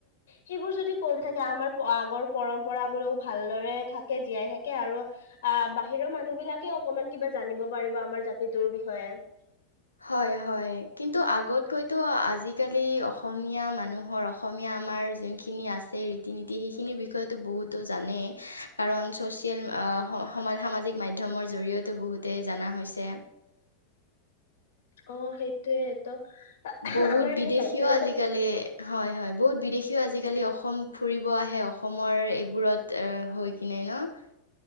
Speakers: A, on the left (about 55°); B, on the left (about 80°).
A: সেইবোৰ যদি কৰি থাকে আমাৰ আগৰ পৰম্পৰাবোৰও ভালদৰে থাকে জীয়াই থাকে আৰু আহ বাহিৰৰ মানুহ বিলাকে অকমান কিবা জানিব পাৰিব আমাৰ জাতিটোৰ বিষয়ে
B: হয় হয় কিন্তু আগতকৈতো আজিকালি অসমীয়া মানুহ নুহৰ অসমীয়া আমাৰ যোনখিনি আছে ৰীতি নীতি সেইখিনিৰ বিষয়তো বহুত টো জানেই কাৰণ ছ'চিয়েল সম সামাজিক মাধ্যমৰ জৰিয়তে বহুতেই জনা হৈছে
A: অ সেইটোয়ে ত
B: বহুত
A: আমাৰ এইটো
B: বিদেশীও
A: দায়িত্ব দেচোন
B: আজিকালি হয় হয় বহুত বিদেশীও আজিকালি অসম ফুৰিব আহে অসমৰ এইবোৰত হৈ কিনে ন ন